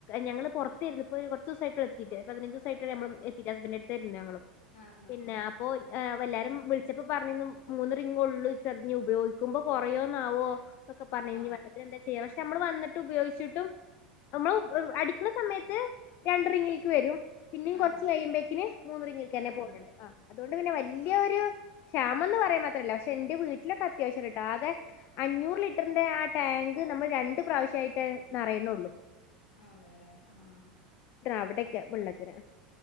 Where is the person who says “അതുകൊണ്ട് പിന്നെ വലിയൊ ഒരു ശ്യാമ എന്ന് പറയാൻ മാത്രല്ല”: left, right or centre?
Left